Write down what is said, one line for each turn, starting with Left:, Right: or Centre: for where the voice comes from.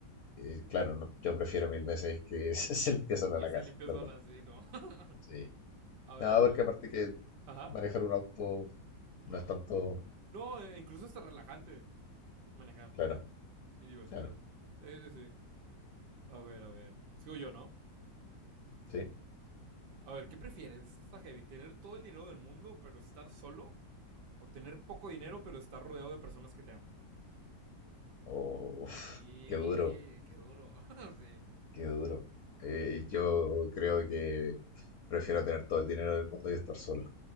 Left: eh, claro, no- yo prefiero mil veces que <laughs> se, se limpie sola
Right: Que
Left: la
Right: se
Left: casa,
Right: limpie
Left: en ¿verdad?
Right: sola sí, no. <laughs>
Left: Sí.
Right: a ver,
Left: No,
Right: a
Left: porque
Right: ver.
Left: aparte que
Right: Ajá.
Left: manejar un auto no es tanto,
Right: No, eh, incluso hasta relajante manejar
Left: claro,
Right: y divertido.
Left: claro,
Right: Sí, sí, sí. A ver, a ver. Sigo yo, ¿no?
Left: sí.
Right: A ver, ¿qué prefieres? Está heavy. ¿Tener todo el dinero del mundo, pero estar solo? ¿O tener poco dinero, pero estar rodeado de personas que te aman?
Left: O
Right: Y
Left: <laughs> qué duro,
Right: qué duro. <laughs> sí.
Left: qué duro. Eh, yo creo que prefiero tener todo el dinero del mundo y estar solo.